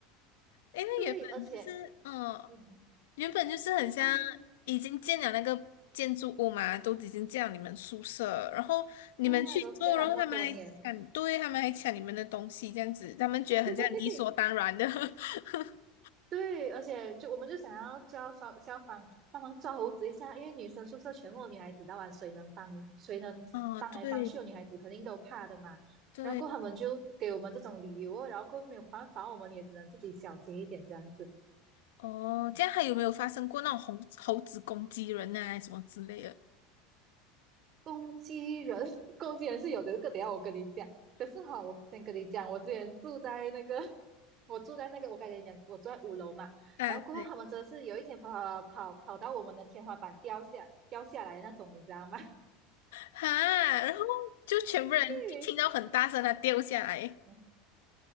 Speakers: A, on the left (about 80°); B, on the right (about 45°).
A: 因为原本就是，
B: 对，而且，
A: 嗯，
B: 嗯，
A: 原本就是很像已经建了那个建筑物嘛，
B: 啊，你是
A: 都已经建了你们宿舍，然后你们去做，
B: 对呀、都见了这么多年，
A: 然后他们还抢，对，他们还抢你们的东西，这样子，他们觉得很像理所当然的。
B: <laughs>
A: <laughs>
B: 对，而且就我们就想要叫消消防帮忙抓猴子一下，因为女生宿舍全部女孩子的玩，那晚谁能帮谁能帮来帮去的女孩子肯定都怕的嘛。
A: 哦，对对，
B: 然后过后他们就给我们这种理由哦然后过后没有办法，我们也只能自己小心一点这样子。
A: 哦，这样还有没有发生过那种猴猴子攻击人啊，什么之类的？
B: 攻击人，<laughs> 攻击人是有的，这个等一下我跟你讲。可是哈，我先跟你讲，我之前住在那个，<laughs> 我住在那个，我刚才跟你讲，我住在五楼嘛。
A: 啊，
B: 然后过后他们真的是有一天跑跑跑跑跑到我们的天花板掉下掉下来的那种，
A: 对，
B: 你知道吗？
A: 哈，然后就全部人就听到很大声，
B: 于，
A: 它掉下来。
B: 嗯